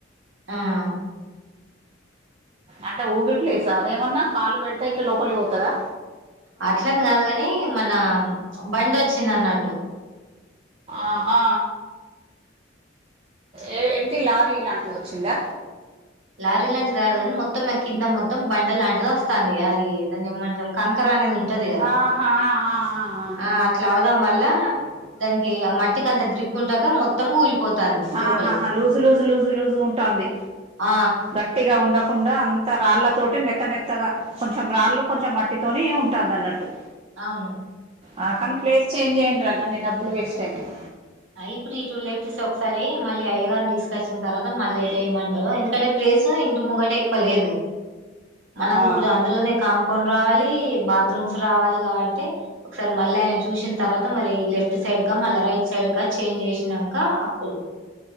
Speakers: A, on the right; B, on the right.
A: అ
B: అంటే ఊబి ప్లేస అదేమన్నా కాళ్ళు పెడితే ఇట్లా లోపలి పోతదా
A: అట్లని కాదు కాని మన బండి వచ్చింది అన్నట్టు
B: ఆహా ఏ ఏంటి లారీ లాంటిది వచ్చిందా
A: లారీ లాంటిది కాదు కానీ మొత్తం కింద మొత్తం బండ లాంటిది వస్తాంది అది దాన్ని ఏమంటారు కంకర అనేది ఉంటది కదా
B: ఆహా ఆహా, ఆహా.
A: ఆ అట్లా అవడం వల్ల దానికి ఆ మట్టికి అంత గ్రిప్ ఉండక మొత్తం మొత్తం కూలిపోతాంది
B: ఆహాహా
A: లోపలికి
B: లూజు లూజు లూజు లూజు గా ఉంటంది
A: ఆ
B: గట్టిగా ఉండకుండా అంత రాళ్ళతోటి మెత్త మెత్తగా కొంచెం రాళ్ళు కొంచెం మట్టితోని ఉంటాంది అన్నట్టు
A: అవును
B: ఆ కానీ ప్లేస్ చేంజ్ చేయండి రా గన్ని డబ్బులు వెస్ట్ అయినయ్
A: హైబ్రిడ్ టూ లెట్స్ ఒకసారి మళ్ళీ అయ్య గారిని తీసుకొచ్చిన తర్వాత మళ్ళీ ఎటేయమంటాడో ఎందుకంటే ప్లేసు ఇంటి ముంగట ఎక్కువ లేదు మనకి
B: ఆ,
A: ఇప్పుడు అందులోనే కాంపౌండ్ రావాలి బాత్రూమ్స్ రావాలి కాబట్టి ఒకసారి మళ్ళీ ఆయన చూసిన తర్వాత మరి సైడ్ సైడ్ క మళ్ళీ రైట్ సైడ్ కా చేంజ్ చేసినంక అప్పుడు